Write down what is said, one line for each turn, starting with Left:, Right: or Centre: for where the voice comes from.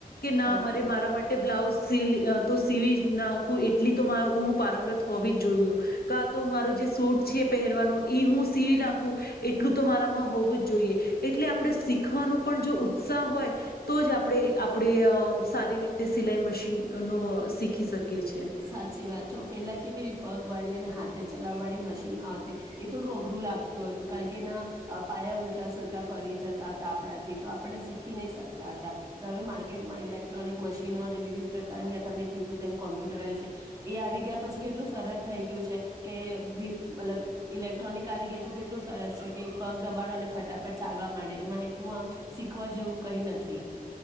Left: ના
Right: હા
Left: મારે મારા માટે બ્લા લાઉઝ તો સીલ અ સીવી જ નાખું એટલી તો મારાં હું પારંગત હોવી જ જોયું કા તો મારું જે સૂટ છે પહેરવાનો ઈ હું સીવી નાખું એટલું તો મારામાં હોવું જ જોઈએ એટલે આપણે શીખવાનું પણ જો ઉત્સાહ હોય તો જ આપણે આપ આપણે સારી રીતે સિલાઈ મશીનનું શીખી શકીએ. છીએ
Right: સાચી વાત જો પેલા કેવી પગ વાળી અને હાથે ચલાવ વાળી મશીનો આવતી એ થોડું અઘરું લાગતું હતું કારણ કે એના પાયા ઉલટા સુલટા ફરી જતા હતા આપણાથી તો આપણને શીખી નહી શકતા હતા પણ હવે માર્કેટમાં ઇલેક્ટ્રોનિક મશીનો અને વિવિધ પ્રકારની તમે કીધું તેમ કોમ્પ્યુ એ આવી ગયા પછી કેટલું સરળ થઈ ગયું છે કે મતલબ ઇલેક્ટ્રોનિક આવી ગઈ તો કેટલું સરસ છે કે એક પગ દબાડોને ફટાફટ ચાલવા માંડે એમાં એટલું આમ શીખવા જેવું કઈ નથી.